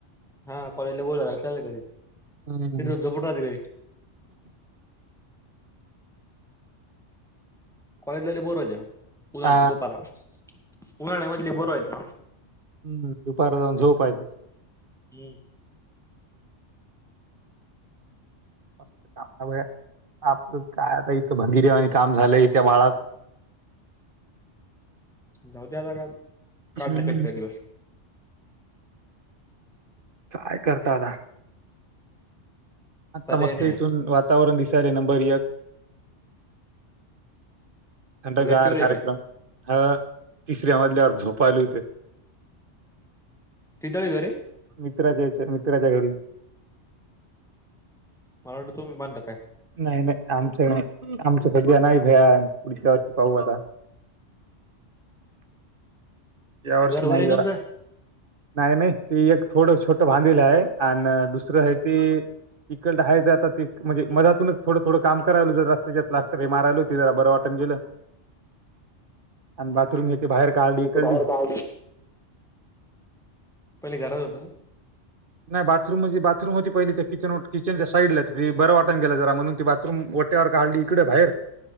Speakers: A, in the centre; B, on the right (about 45°).
A: हा कॉलेजला बोलावल चालला घरी.
B: हम्म
A: <unintelligible> कॉलेजला लय बोर व्हायच. उन्हाळ्याच
B: आ
A: दुपारा उन्हाळ्यामध्ये लय बोर व्हायचं.
B: हम्म दुपार जाऊन झोपायचं.
A: हम्म
B: मस्त काम आपलं काय आता इथं भंगीरी वानी काम झालंय इथे माळात.
A: जाऊदे आता काय, काढ
B: हम्म,
A: ना कसंतरी दिवस.
B: काय करता आता. आता
A: पर्याय
B: मस्त
A: नाही
B: इथून वातावरण दिसायले नंबर एक. थंडगार
A: का गच्चीवर आहे
B: कार्यक्रम
A: काय
B: हा तिसऱ्या मधल्यावर झोपायलो इथ.
A: तिथळे घर आहे
B: मित्राचे याच्या मित्राच्या घरी.
A: मला वाटलं तुम्ही बांधता
B: नाही नाही आमचं आमच सध्या नाही भया. पुढच्या वर्षी पाहू आता. या
A: काय
B: वर्षी
A: घर
B: नाही
A: भले
B: जरा.
A: तुमचं
B: नाही नाही ती एक थोड छोट भांधील आहे. आण दुसरं आहे ते इकडाय आता ते म्हणजे मधातूनच थोंड थोड काम करायलो. जरा रस्त्याच प्लास्टर हे मारायलं. ते जरा बंर वाटण गेलं. आणि बाथरूम हे ते बाहेर काढली इकळली.
A: बाहेर काढली पहिले घरात होत.
B: नाही बाथरूम म्हणजे बाथरूम होती पहिली त्या किचन किचनच्या साईडला बंर वाटण गेलं जरा. म्हणून ती बाथरूम काढली इकडे बाहेर.